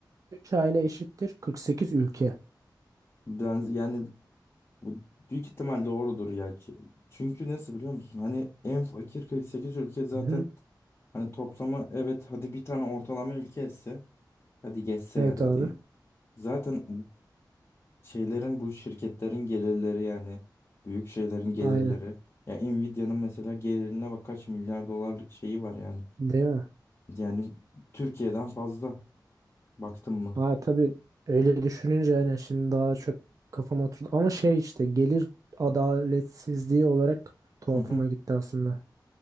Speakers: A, on the right; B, on the left.
A: 3 aile eşittir 48 ülke.
B: Ben yani Bu büyük ihtimal doğrudur ya. Ç- Çünkü nasıl biliyor musun? Hani en fakir 48 ülke zaten
A: Hı-hı.
B: hani toplamı evet hadi bir tane ortalama ülke etse hadi geçse
A: Evet
B: ya da
A: abi.
B: diyeyim. Zaten şeylerin bu şirketlerin gelirleri yani büyük şeylerin gelirleri.
A: Aynen.
B: Ya Nvidia'nın mesela gelirine bak kaç milyar dolarlık şeyi var yani.
A: Değil mi?
B: Yani Türkiye'den fazla baktın mı?
A: Ha tabii öyle düşününce yani şimdi daha çok kafama oturdu. Ama şey işte gelir adaletsizliği olarak tuhafıma
B: Hı hı.
A: gitti aslında.